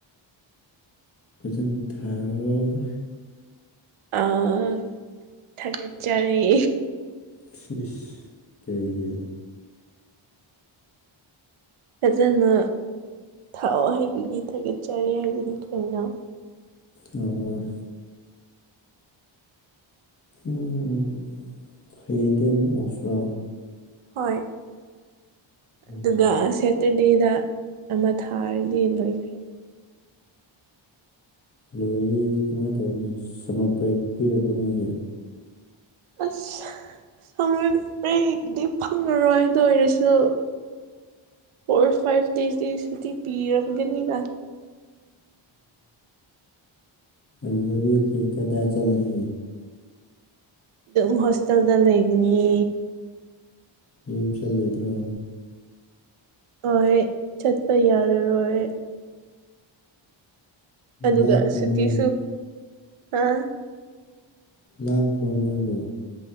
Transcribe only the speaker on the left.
ꯐꯖꯅ ꯊꯥꯔꯣ
ꯏꯁ ꯏꯁ ꯀꯩꯒꯤ
ꯑꯣ ꯎꯝ ꯍꯌꯦꯡꯗꯤ ꯑꯃꯨꯛ ꯑꯣꯐ꯭ꯔꯥ
ꯎꯝ
ꯂꯣꯏꯔꯤ ꯀꯃꯥꯏꯅ ꯇꯧꯔꯤꯅꯤ ꯁꯃꯔ ꯕꯔꯦꯛ ꯄꯤꯔꯕ ꯅꯣꯏꯒꯤ
ꯎ ꯑꯗꯨꯗꯤ ꯀ ꯀꯗꯥ ꯆꯂꯅꯤ
ꯌꯨꯝ ꯆꯜꯂꯣꯏꯗ꯭ꯔꯣ
ꯂꯥꯞꯄ꯭ꯔꯣ
ꯅꯣꯏ
ꯂꯥ ꯄ꯭ꯔꯅꯣꯏꯕ